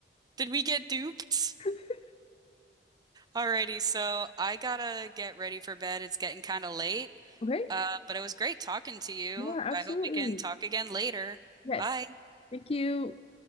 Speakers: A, on the right; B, on the left.
A: Did we get duped?
B: <laughs>
A: Alrighty, so I gotta get ready for bed. It's getting kind of late.
B: Okay.
A: Uh, but it was great talking to you.
B: Yeah, absolutely.
A: I hope we can talk again later.
B: Yes.
A: Bye.
B: Thank you.